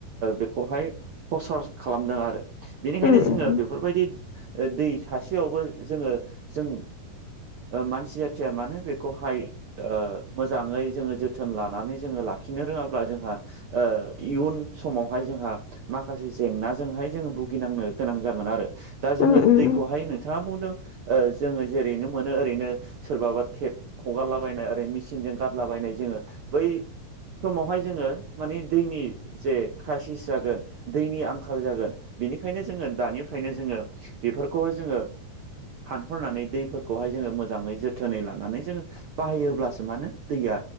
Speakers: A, on the right (about 75°); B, on the left (about 85°).
A: बेखौहाय प्रसार खालामदों आरो बेनिखायनो
B: उम
A: जोङो
B: उम
A: बेफोरबायदि दै सासेयावबो जोङो जों मानसि जाथिया मानो बेखौहाय मोजाङै जोङो जोथोन लानानै जोङो लाखिनो रोङाब्ला जोंहा आ इउन समावहाय जोंहा माखासे जेंनाजोंहाय जोंङ भुगिनांनो गोनां जागोन आरो दा जोङो
B: उम उम
A: दैखौहाय नोंथाङा बुंदों जोङो जेरैनो मोनो ओरैनो सोरबाबा टेप हगारलाबायनाय ओरै मेसिनजों गारलाबायनाय जोङो बै समावहाय जोङो माने दैनि जे क्राइसिस जागोन दैनि आंखाल जागोन बेनिखायनो जोङो दानिफ्रायनो जोङो बेफोरखौ जोङो फानहरनानै दैफोरखौहाय जोङो मोजाङै जोथोनै लानानै जोङो बाहायोब्लासो मा होनो दैया